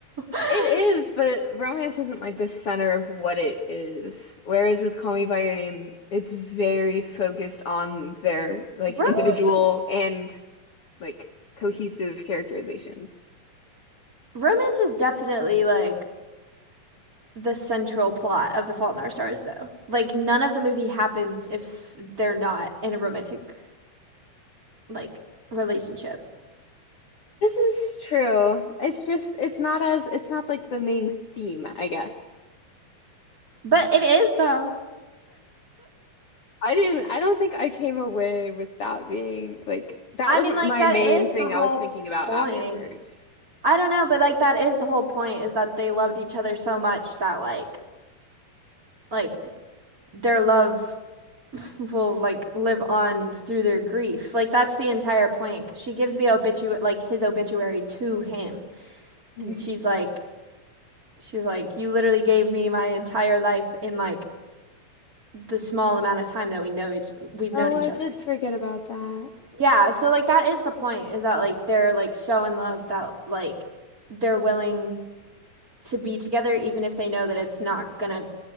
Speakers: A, on the right; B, on the left.
A: <laughs>
B: It is, but romance isn't like the center of what it is. Whereas with Call Me by Your Name, it's very focused on their like
A: romance
B: individual
A: is
B: and like cohesive characterizations.
A: romance is definitely like the central plot of The Fault in Our Stars though. Like none of the movie happens if they're not in a romantic like relationship.
B: This is true. It's just it's not as it's not like the main theme, I guess.
A: But it is though.
B: I didn't, I don't think I came away with that being like, that
A: I
B: wasn't
A: mean, like
B: my
A: that
B: main
A: is
B: thing
A: the whole
B: I was thinking about
A: point.
B: afterwards.
A: I don't know, but like that is the whole point is that they loved each other so much that like like their love <laughs> will like live on through their grief. Like that's the entire point. 'Cause She gives the obitu like his obituary to him,
B: Hmm.
A: and she's like she's like you literally gave me my entire life in like the small amount of time that we know each we've
B: Oh,
A: known each
B: I
A: other.
B: did forget about that.
A: Yeah, so like that is the point is that like they're like so in love that like they're willing to be together even if they know that it's not gonna